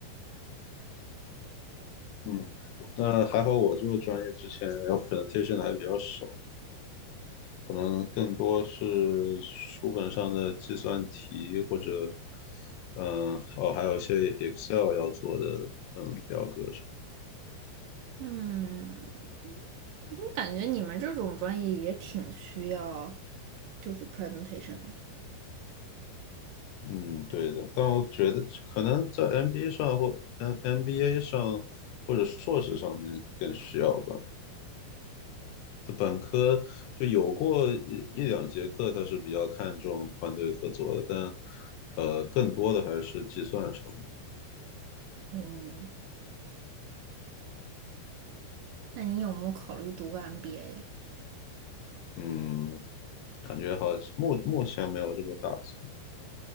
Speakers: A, on the left (about 80°); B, on the right (about 85°).
A: 嗯，那还好我这个专业之前要 presentation 的还比较少，可能更多是书本上的计算题或者，嗯，哦，还有一些 Excel 要做的，嗯，表格什么。
B: 嗯，我怎么感觉你们这种专业也挺需要就是 presentation 的。
A: 嗯，对的，但我觉得可能在 MBA 上或嗯 M MBA 上或者硕士上面更需要吧。就本科就有过一一两节课，他是比较看重团队合作的，但呃，更多的还是计算什么。
B: 哦，那你有没有考虑读个 MBA 呀？
A: 嗯，感觉好目目前没有这个打算。